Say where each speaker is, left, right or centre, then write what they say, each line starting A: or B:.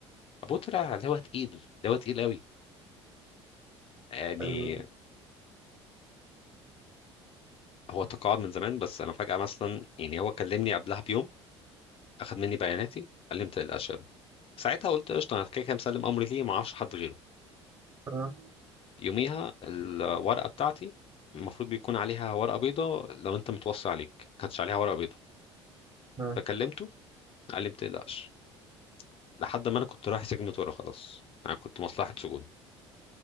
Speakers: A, on the left; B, on the right.
A: ابوه طلع اللي هو تقيل اللي هو تقيل قوي يعني
B: أيوه
A: هو تقاعد من زمان بس انا فجاه مثلا يعني هو كلمني قبلها بيوم اخد مني بياناتي قال لي ما تقلقش يا ابني ساعتها قلت قشطه انا كده كده مسلم امري ليه ما اعرفش حد غيره
B: اه
A: يوميها الورقة بتاعتي المفروض بيكون عليها ورقة بيضة لو انت متوصي عليك ما كانتش عليها ورقة بيضة
B: اه
A: فكلمته قال لي ما تقلقش لحد ما انا كنت رايح سجن طورة خلاص انا كنت مصلحة سجون